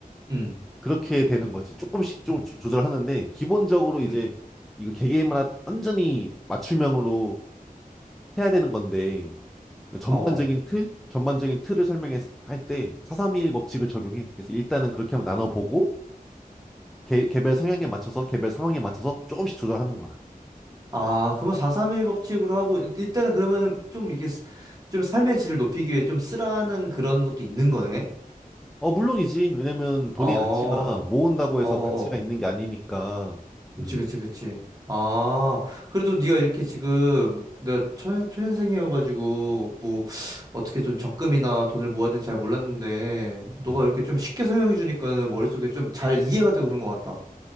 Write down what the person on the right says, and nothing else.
음.
음.
어.
아, 그러면 431 법칙으로 하고 일- 일단은 그러면은 좀 이게 쓰- 좀 삶의 질을 높이기 위해 좀 쓰라는 그런 것도 있는 거네.
어.
어,
어,
어.
그치,
그치, 그치. 아, 그래도 네가 이렇게 지금 내가 초, 초년생이어가지고 뭐 어떻게 좀 적금이나 돈을 모아야 되는지 잘 몰랐는데 너가
이렇게 좀 쉽게 설명해 주니까는 머릿속에 좀 잘 이해가 되고 그런 것 같다.